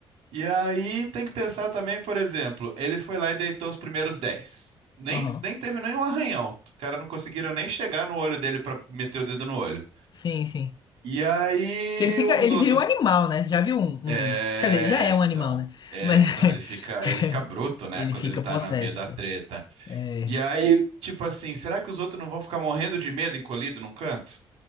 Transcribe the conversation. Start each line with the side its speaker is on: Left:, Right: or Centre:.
Right: E aí tem que pensar também, por exemplo, ele foi lá e deitou os primeiros dez Nem,
Left: Aham.
Right: nem teve nenhum arranhão. Os caras não conseguiram nem chegar no olho dele pra meter o dedo no olho.
Left: Sim, sim.
Right: E aí
Left: Que ele fica,
Right: os
Left: ele
Right: outros.
Left: vira um animal, né? Você já viu um,
Right: É,
Left: um- Quer dizer, ele já é um animal,
Right: então.
Left: né?
Right: É,
Left: Mas
Right: não, ele fica, ele
Left: <laughs>
Right: fica bruto, né?
Left: ele
Right: Quando
Left: fica
Right: ele tá
Left: possesso.
Right: no meio da treta.
Left: É,
Right: E aí, tipo assim, será que os outros não vão ficar morrendo de medo encolhido num canto?